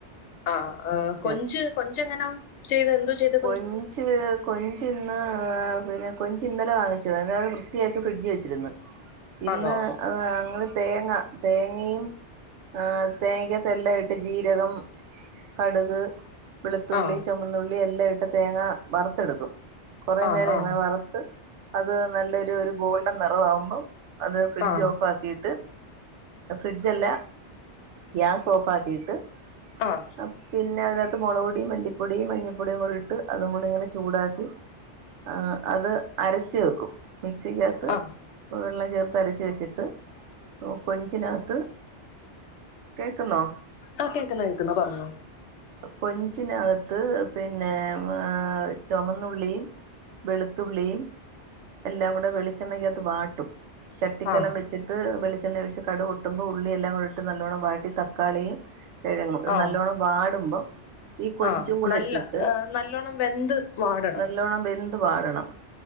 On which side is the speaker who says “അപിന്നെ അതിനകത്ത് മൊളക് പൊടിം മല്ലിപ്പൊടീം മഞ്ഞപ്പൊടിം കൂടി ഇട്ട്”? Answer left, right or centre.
Right